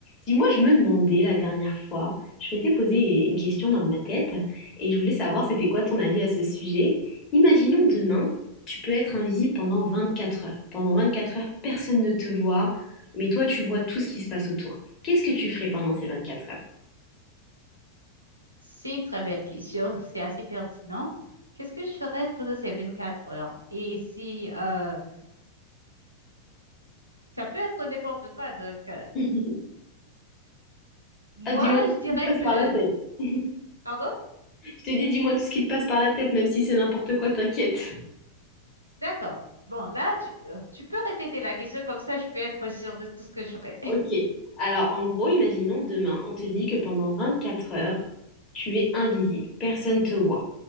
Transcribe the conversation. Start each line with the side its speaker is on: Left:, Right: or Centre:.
Left: Dis-moi, je me demandais la dernière fois, je m'étais posé une question dans ma tête et je voulais savoir c'était quoi ton avis à ce sujet. Imaginons demain, tu peux être invisible pendant 24 heures. Pendant 24 heures, personne ne te voit, mais toi, tu vois tout ce qui se passe autour. Qu'est-ce que tu ferais pendant ces 24 heures?
Right: C'est une très belle question, <laughs> c'est assez pertinent. Qu'est-ce que je ferais pendant ces 24 heures? Et si euh, ça peut être n'importe quoi, donc euh,
Left: <laughs>
Right: moi
Left: Ah, dis-moi tout
Right: je dirais
Left: ce qui te passe
Right: que...
Left: par la tête. <laughs>
Right: Pardon?
Left: Je te dis, dis-moi tout ce qui te passe par la tête, même si c'est n'importe quoi, t'inquiète.
Right: D'accord. Bon, là, tu, euh, tu peux répéter la question, comme ça je peux être sûre de tout ce que je ferais. <laughs>
Left: Ok. Alors, en gros, imaginons demain, on te dit que pendant 24 heures, tu es invisible, personne te voit.